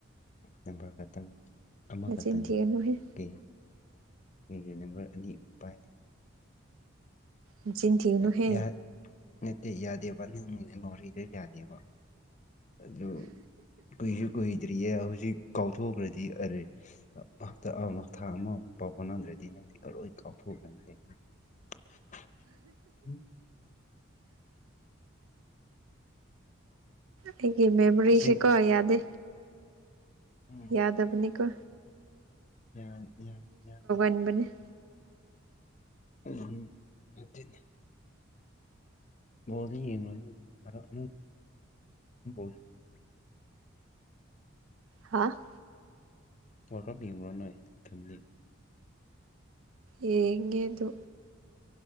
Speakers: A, on the left; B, on the right.
A: ꯅꯝꯕꯔ ꯈꯛꯇꯪ ꯑꯃꯈ
B: ꯅꯆꯤꯟ
A: ꯇꯪꯅꯤ
B: ꯊꯤꯒꯅꯨꯍꯦ
A: ꯑꯩ ꯑꯩꯒꯤ ꯅꯝꯕꯔ ꯑꯅꯤ ꯄꯥꯢꯗꯦ
B: ꯅꯆꯤꯟ ꯊꯤꯒꯅꯨꯍꯦ
A: ꯑ ꯌꯥ ꯅꯠꯇꯦ ꯌꯥꯗꯦꯕ ꯅꯪꯒꯤ ꯃꯦꯃꯣꯔꯤꯗ ꯌꯥꯗꯦꯕ ꯑꯗꯨ ꯀꯨꯏꯁꯨ ꯀꯨꯏꯗ꯭ꯔꯤꯌꯦ ꯍꯧꯖꯤꯛ ꯀꯥꯎꯊꯣꯛꯈ꯭ꯔꯗꯤ ꯑꯔꯦ ꯍꯥꯞꯇ ꯑꯃ ꯊꯥ ꯑꯃ ꯄꯥꯎ ꯐꯧꯅꯗ꯭ꯔꯗꯤ ꯅꯪꯗꯤ ꯑꯂꯣꯏ ꯀꯥꯎꯊꯣꯛꯈ꯭ꯔꯅꯤꯅꯦ <unintelligible> <unintelligible>
B: ꯑꯩꯒꯤ ꯃꯦꯃꯣꯔꯤꯁꯤ
A: ꯑꯁꯦꯡ
B: ꯀꯣ
A: ꯑꯁ
B: ꯌꯥꯗꯦ
A: ꯎꯝ
B: ꯌꯥꯗ ꯕꯅꯤꯀꯣ
A: ꯌꯥ ꯌꯥ ꯌꯥꯗ꯭ꯔꯦ
B: ꯃꯨꯟꯕꯅꯤ
A: ꯎꯝ ꯍꯨꯝ ꯑꯗꯨꯅꯦ꯫ ꯕꯣꯜꯗꯤ ꯌꯦꯡꯂꯨꯅꯨ ꯃꯔꯛ <unintelligible>
B: ꯍꯥ?
A: ꯋꯔꯥꯜ ꯀꯥꯞ ꯌꯦꯡꯕ꯭ꯔꯣ ꯅꯣꯏ ꯐꯦꯃꯤꯂꯤ꯫
B: ꯌꯦꯡꯉꯦꯗꯨ